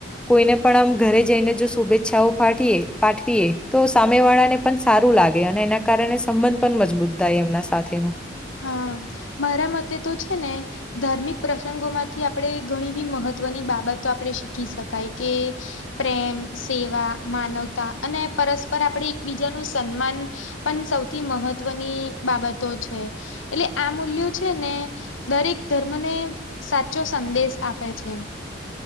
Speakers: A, in the centre; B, on the left.
A: કોઈને પણ આમ ઘરે જઈને જો શુભેચ્છાઓ પાઠવીએ પાઠવીએ તો સામે વાળાને પણ સારું લાગે અને એના કારણે સંબંધ પણ મજબૂત થાય એમના સાથેનું.
B: હા મારા મતે તો છે ને ધાર્મિક પ્રસંગોમાંથી આપણે ઘણીવી મહત્વની બાબતો આપણે શીખી શકાય કે પ્રેમ સેવા માનવતા અને પરસ્પર આપણે એકબીજાનું સન્માન પણ સૌથી મહત્વની બાબતો છે. એટલે આ મૂલ્યો છે ને દરેક ધર્મને સાચો સંદેશ આપે છે.